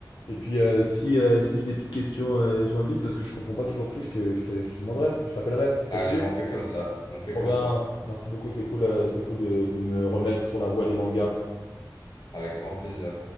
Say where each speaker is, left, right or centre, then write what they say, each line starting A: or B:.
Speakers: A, on the left; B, on the left.
A: et puis euh, si euh, si j'ai des petites questions euh, sur One Piece parce que je comprends pas toujours tout, je te, je te, je te demanderai, je t'appellerai, ça
B: Allez,
A: te dit?
B: on fait comme ça. On fait
A: Trop
B: comme
A: bien,
B: ça.
A: merci beaucoup, c'est cool euh, c'est cool de, de me remettre sur la voie des mangas.
B: Avec grand plaisir.